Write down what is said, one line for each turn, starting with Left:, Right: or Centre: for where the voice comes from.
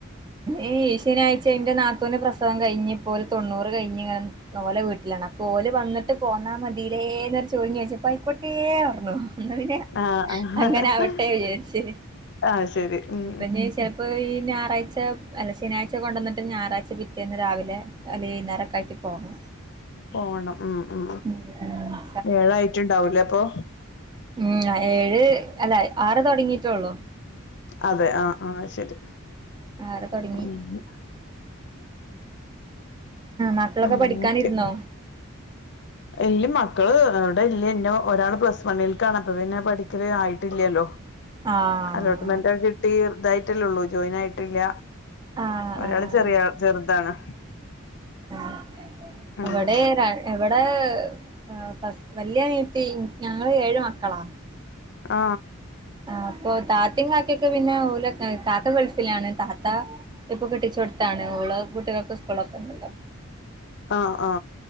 Right: ഈ ശനിയാഴ്ച ഇന്റെ നാത്തൂന്റെ പ്രസവം കഴിഞ്ഞ് ഇപ്പോലെ തൊണ്ണൂറ് കഴിഞ്ഞ്ങ്ങനെ ഓലെ വീട് വീട്ട്ലാണ് അപം ഓല് വന്ന്ട്ട് പോന്നാമതീലേന്നൊര് ചോദ്യം ചോയ്ച്ചപം ആയികോട്ടന്നർഞു ന്നാ പിന്നെ
Left: ആഹ്
Right: അങ്ങനാവട്ടെ
Left: ആഹ്
Right: വിചാരിച്ച്
Left: ആഹ് ശരി ഉം
Right: പിന്നേം ചെലപ്പോ ഈ ഞായറാഴ്ച അല്ല ശനിയായ്ച കൊണ്ടോന്ന്ട്ട് ഞായറാഴ്ച പിറ്റേന്ന് രാവിലെ അല്ലെ വൈകുന്നേരൊക്കാ യിട്ട് പോണം
Left: പോണം മ്മ് മ്മ്
Right: ഉം ഉം
Left: ഏഴായിട്ടുണ്ടാവൂലേ അപ്പൊ
Right: മ്മ് ഏഴ് അല്ല ആറ് തൊടങ്ങീട്ടൊള്ളു
Left: അതെ ആ ആ ശരി
Right: ആറ് തൊടങ്ങി
Left: മ്മ്
Right: മക്കളൊക്കെ
Left: ആ
Right: പഠിക്കാനിരുന്നോ
Left: ഓക്കെ എല്ല് മക് മക്കള് ഇവാടെ ഇല്ല ഒരാള് പ്ലസ് വണ്ണിൽകാണ് അപ്പൊ പിന്നെ പഠിക്കല് ആയിട്ടില്ലല്ലോ
Right: ആഹ്
Left: അലോട്ട്മെന്റൊക്കെ കിട്ടി ഇതായിട്ടല്ലേള്ളൂ ജോയിൻ ആയിട്ടില്ല
Right: ആഹ്
Left: ഒരാള്
Right: ആഹ്
Left: ചെറിയ ചെറുതാണ്
Right: ആ
Left: ആഹ്
Right: എവടെ രൺ എവട് <unintelligible> വല്ല്യനിയത്തി ഞങ്ങള് ഏഴ് മക്കളാ
Left: ആ
Right: ആ അപ്പൊ തത് താത്തിം കാക്കയൊക്കെ പിന്നെ ഓലൊകായ് കാക്ക ഗൾഫിലാണ് താത്ത ഇപ്പൊ കെട്ടിച്ചോടത്താണ് ഓള് കുട്ടികൾ കുട്യാക് സ്കൂളൊകെണ്ടല്ലോ
Left: ആ ആ